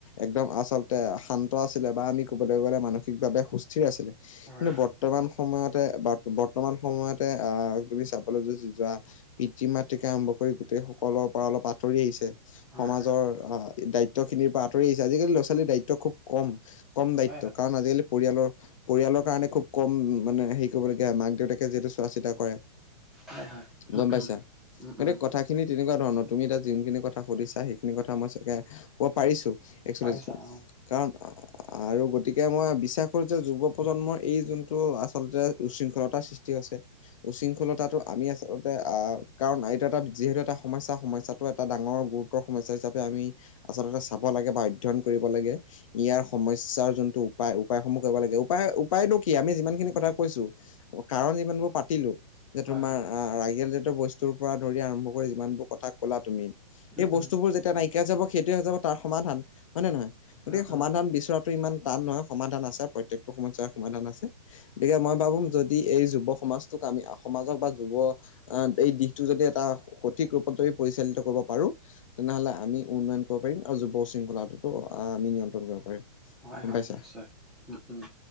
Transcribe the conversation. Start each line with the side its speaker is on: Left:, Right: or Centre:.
Left: একদম আচলতে শান্ত আছিলে। বা আমি ক'বলৈ গলে মানসিকভাৱে সুস্থিৰ আছিলে।
Centre: হয়
Left: কিন্তু
Centre: হয়।
Left: বৰ্তমান সময়ত তে বাকো বৰ্তমান সময়তে আহ তুমি চাবলৈ যদি যোৱা পিতৃ মাতৃকে আৰম্ভ কৰি গোটেই সকলৰ পৰা অলপ আঁতৰি আহিছে।
Centre: হয়
Left: সমাজৰ
Centre: হয়,
Left: আহ দায়িত্ব খিনিৰ পৰা আঁতৰি আহিছে, আজিকালি ল'ৰা ছোৱালীৰ দায়িত্ব খুব কম। কম দায়িত্ব
Centre: হয় হয়,
Left: কাৰণ আজিকালি পৰিয়ালৰ পৰিয়ালৰ কাৰণে খুব কম মানে সেই টো লগীয়া মাক দেউতাকে যিহেতু চোৱা চিতা কৰে,
Centre: হয় হয়, উম
Left: গম পাইছা?
Centre: উম। উম
Left: হতে
Centre: উম,
Left: কথা খিনি তেনেকুৱা ধৰণ, তুমি এতিয়া যিখিনি কথা সুধিছা সেইখিনি কথা মই চাগে কব পাৰিছোঁ। এক্সুয়েলি
Centre: পাৰিছা
Left: যো
Centre: অ',
Left: কাৰণ আৰু গতিকে মই বিশ্বাস কৰোঁ যে যুৱ প্ৰজন্মৰ এই যোনটো আচলতে উশৃংখলতাৰ সৃষ্টি হৈছে। উশৃংখলতাটো আমি আচলতে আহ কাৰণ এইটো এটা যিহেতু এটা সমস্যা সমস্যাতটো এটা ডাঙৰ গু ক সমস্যা হিচাপে আমি আচলতে চাব লাগে বা অধ্যয়ন কৰিব লাগে। ইয়াৰ সমস্যাৰ যোনটো উপায় উপায়সমূহ কৰিব লাগে, উপায় উপায়নো কি আমি যিমান খিনি কথা কৈছো কাৰণ যিমানবোৰ পাতিলোঁ যে
Centre: হয়
Left: তোমাৰ
Centre: হয়,
Left: আ, ৰাইগেলজাতীয় বস্তুৰ পৰা ধৰি আৰম্ভ কৰি যিমান বোৰ কথা ক'লা তুমি
Centre: উম
Left: এই
Centre: উম,
Left: বস্তুবোৰ যেতিয়া নাই কিয়া যাব সেইটোৱে হৈ যাব তাৰ সমাধান হয় নে নহয়, গতিকে
Centre: উম উম।
Left: সমাধান বিচৰা টো ইমান টান নহয় সমাধান আছে প্ৰত্যেকটো সমস্যাৰ সমাধান আছে, গতিকে মই ভাবো যদি এই যুৱ সমাজটোক আমি আ, সমাজক বা যুৱ আ, এই দিশটো যদি এটা সঠিক ৰূপত যমি পৰিচালিত কৰিব পাৰো। তেনেহ'লে আমি উন্নয়ন কৰ পাৰিম আৰু যুৱ শৃংখলাটো আ, আমি নিয়ন্ত্ৰণ কৰিব পাৰিম।
Centre: হয়,
Left: গম
Centre: হয়
Left: পাইছা
Centre: নিশ্চয়। উম, উম।